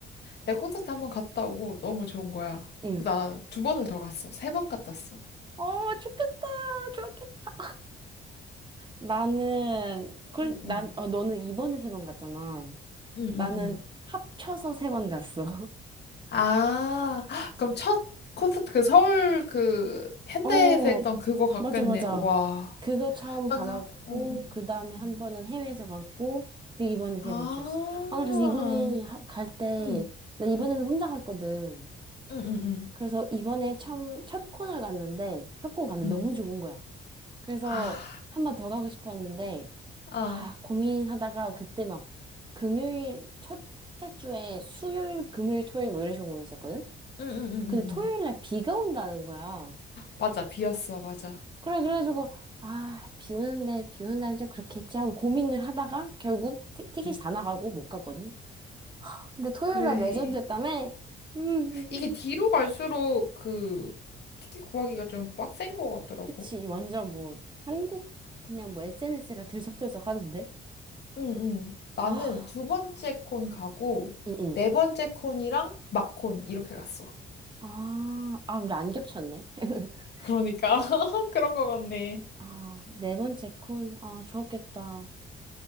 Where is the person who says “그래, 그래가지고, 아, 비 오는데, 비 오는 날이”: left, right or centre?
Right